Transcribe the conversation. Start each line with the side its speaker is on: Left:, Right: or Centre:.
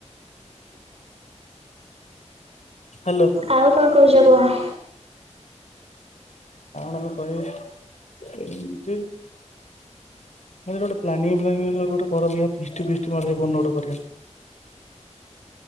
Left: ହାଲୋ।
Right: ଆଉ କଣ କହୁଛ କୁହ?
Left: ଆଣ <unintelligible> ନିହାତି ଗୋଟେ ପ୍ଲାନିଙ୍ଗ ଫ୍ଲାନିଙ୍ଗ ଗୋଟେ କର ଦେଖିବା ପିଷ୍ଟି ଫିଷ୍ଟି କୋଉ ଦିନ ଗୋଟେ କରିବା।